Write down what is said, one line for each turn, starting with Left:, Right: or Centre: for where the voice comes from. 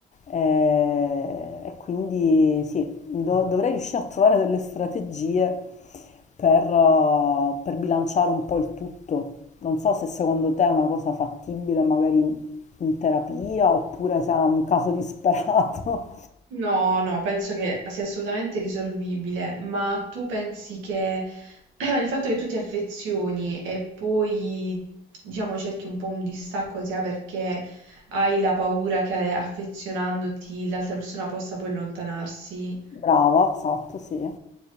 Left: Eh, e quindi sì, do- dovrei riuscire a trovare delle strategie per, eh, per bilanciare un po' il tutto. Non so se secondo te è una cosa fattibile, magari in, in terapia, oppure se è un caso disperato.
Right: No, no, penso che sia assolutamente risolvibile, ma tu pensi che <clears throat> il fatto che tu ti affezioni e poi, diciamo, cerchi un po' un distacco sia perché hai la paura che affezionandoti l'altra persona possa poi allontanarsi
Left: <laughs> Brava, esatto, sì.